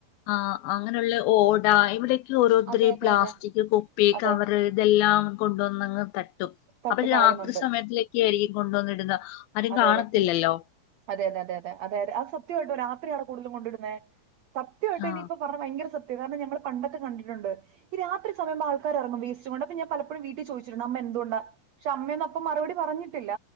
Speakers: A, on the left; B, on the right.
A: ആ അങ്ങനെയുള്ള ഓട ഇവിടെ ഓരോത്തരി
B: അതെ അതെ
A: പ്ലാസ്റ്റിക്
B: അതെ
A: കൊപ്പി
B: അതെ
A: കവർ ഇതെല്ലാം കൊണ്ടുവന്നങ്ങ് ത
B: തട്ടിക്കളയുന്നുണ്ട്
A: അപ്പൊ രാത്രി സമയത്തിലൊക്കെ ആയിരിക്കും. കൊണ്ടുവന്നിടുന്ന ആരും
B: അതെ
A: കാണത്തില്ലല്ലോ
B: അതെ അതെതെ അതെതെ അതെ ആ സത്യയായിട്ടും രാത്രിയാണ് കൂടുതലും കൊണ്ടിടുനേ സത്യയായിട്ട്
A: ആ
B: ഇനിയിപ്പ പറഞ്ഞ ഭയങ്കര സത് <unintelligible> രണം ഞങ്ങള് പണ്ട കണ്ടിട്ടുണ്ട്. ഈ രാത്രി സമയം ആൾക്കാ ഇറങ്ങും വേസ്റ്റ് കൊണ്ട് അ ഞാൻ പലപ്പോഴും വീട്ടിൽ ചോദിച്ചിട്ടുണ്ട്. അമ്മേ ന്ത് കൊണ്ട് പക്ഷെ അമ്മേന്നപ്പ മറുപടി പറഞ്ഞിട്ടില്ല.